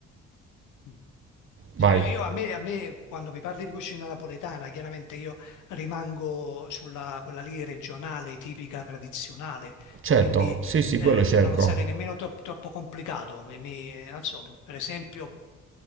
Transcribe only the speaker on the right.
Vai.
Certo,
sì, sì,
quello cerco.